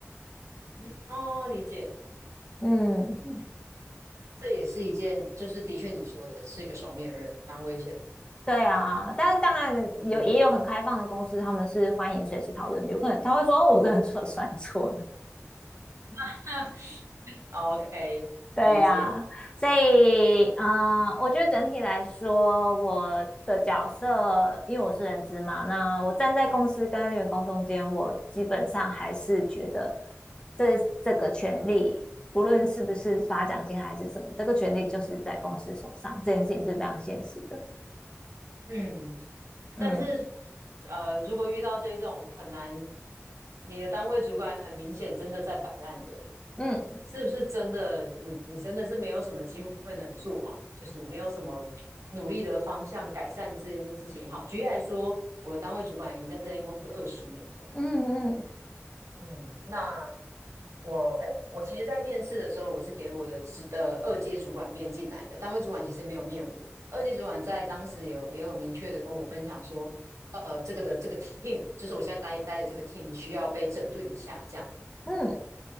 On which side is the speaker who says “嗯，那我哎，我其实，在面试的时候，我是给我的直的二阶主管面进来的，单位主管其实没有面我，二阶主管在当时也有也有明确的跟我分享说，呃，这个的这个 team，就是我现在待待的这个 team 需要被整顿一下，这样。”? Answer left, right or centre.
Right